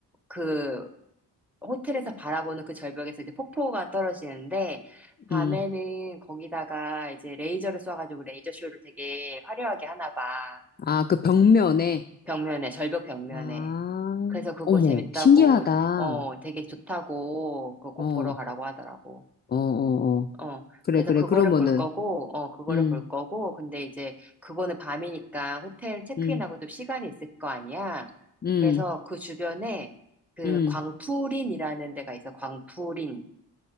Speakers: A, in the centre; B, on the left.
A: 그 호텔에서 바라보는 그 절벽에서 이제 폭포가 떨어지는데 밤에는
B: 음.
A: 거기다가 이제 레이저를 쏴가지고 레이저 쇼를 되게 화려하게 하나 봐.
B: 아, 그 벽면에.
A: 벽면에, 절벽 벽면에.
B: 아,
A: 그래서 그거
B: 어머,
A: 재밌다고,
B: 신기하다.
A: 어, 되게 좋다고, 그거 꼭
B: 어, 어,
A: 보러 가라고 하더라고.
B: 어, 어.
A: 어,
B: 그래,
A: 그래서
B: 그래.
A: 그거를
B: 그러면은,
A: 볼 거고, 어, 그거를
B: 음,
A: 볼 거고, 근데 이제 그거는 밤이니까 호텔 체크인하고
B: 음,
A: 좀 시간이 있을 거 아니야.
B: 음,
A: 그래서 그 주변에 그
B: 음.
A: 광푸린이라는 데가 있어, 광푸린.